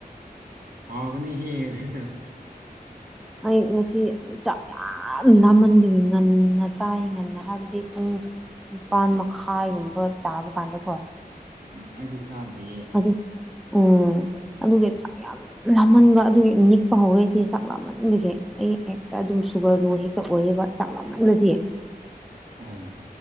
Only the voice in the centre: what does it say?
ꯑꯩ ꯉꯁꯤ ꯆꯥꯛ ꯌꯥꯝ ꯂꯥꯝꯃꯟꯕꯒꯤ ꯉꯟꯅ ꯆꯥꯏ ꯉꯟꯅ ꯍꯥꯏꯕꯗꯤ ꯄꯨꯡ ꯅꯤꯄꯥꯥꯟ ꯃꯈꯥꯏꯒꯨꯝꯕ ꯇꯥꯕ ꯀꯥꯟꯗꯀꯣ
ꯑꯗꯨ ꯎꯝ ꯑꯗꯨꯒꯒꯤ ꯆꯥꯛ ꯌꯥꯝ ꯂꯥꯝꯃꯟꯕ ꯑꯗꯨꯒꯤ ꯅꯤꯛꯄ ꯍꯧꯔꯩꯗꯤ ꯆꯥꯛ ꯂꯥꯝꯃꯟꯕꯒꯤ ꯑꯩ ꯍꯦꯛꯇ ꯑꯗꯨꯝ ꯁꯨꯒꯔ ꯂꯣ ꯍꯦꯛꯇ ꯑꯣꯏꯌꯦꯦꯕ ꯆꯥꯡ ꯃꯝꯃꯗꯗꯤ